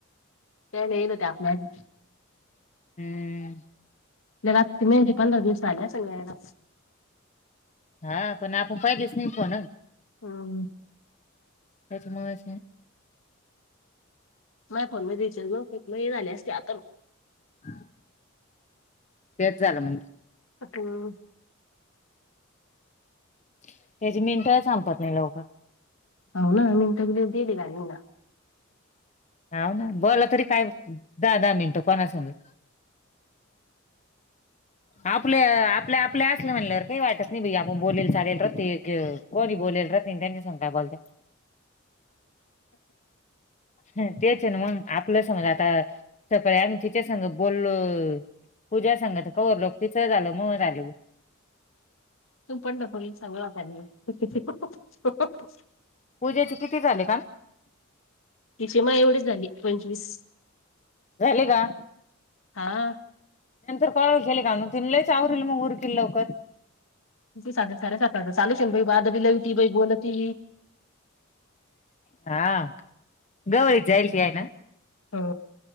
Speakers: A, on the left; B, on the left.
A: त्या नाही न त्या आपल्या त
B: हम्म.
A: त्याला आता ती मैहंदी पधंरादीवसार आली आसल नयला
B: हा पण आपण पहील्या सणी फोन
A: हम्म.
B: त्याची <unintelligible>
A: माय फोन मध्ये <unintelligible> लई झाल्या असत्या
B: हं. तेच झालं मग.
A: हम्म.
B: त्याची मिनट संपत नाही लवकर.
A: दोन नाही मिनीटन दीली नाही.
B: ह ना बोला तरी काय दहा दहा मिनटं कोणा संग.
A: <unintelligible>
B: आपले आपले आपले असले म्हणल्यावर काही वाटत नाही आपण बोलेल चालेल रहते कोणी बोलेल राहत नाही त्यांच्या सांग काय बोलत्यां. हं तेचन मग आप आपलं समज आता तीच्या सगं बोलो पुजा संग त हो लोकरीच झालं मुळ झाल.
A: तू पण दपलिस सवरवतना हंहं हंहं.
B: पूजेचे किती झाले का?
A: तिची मा एवढीच झाली पंचवीस.
B: झाले का
A: हा.
B: नंतर कळ केले काण तिन, लच आवरल मग उरक लवकर,
A: त साडे सात वाजता लू बाहा दरी लली ती बोल होती,
B: हा गवळी जायल तय ना,
A: हो